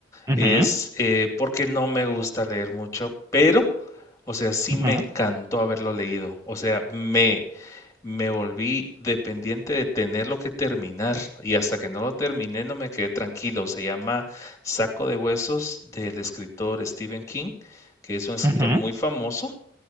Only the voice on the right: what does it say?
Ujú,
ujú,
ujú.